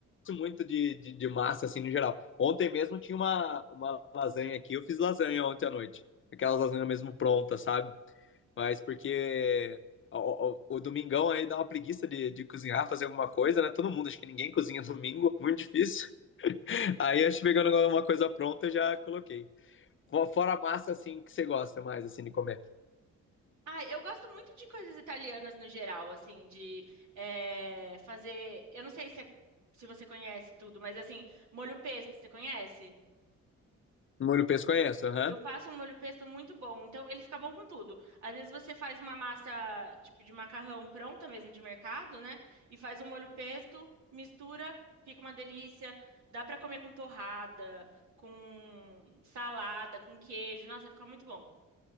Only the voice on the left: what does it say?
muito de, de, de massa, assim, no geral. Ontem mesmo tinha uma, uma lasanha aqui. Eu fiz lasanha ontem à noite. Aquelas lasanhas mesmo prontas, sabe? Mas porque o, o- o domingão aí dá uma preguiça de, de cozinhar, fazer alguma coisa, né? Todo mundo, acho que ninguém cozinha domingo, <laughs> muito difícil. Aí acho que pegando uma coisa pronta, eu já coloquei. Fora a massa, assim, que você gosta mais, assim, de comer.
Molho pesto conheço, aham.